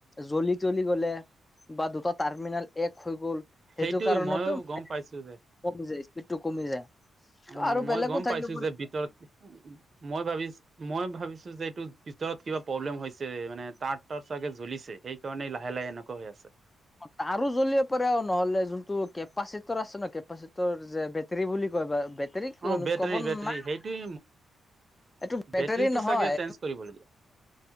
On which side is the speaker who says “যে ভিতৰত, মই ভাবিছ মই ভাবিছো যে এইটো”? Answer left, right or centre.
Right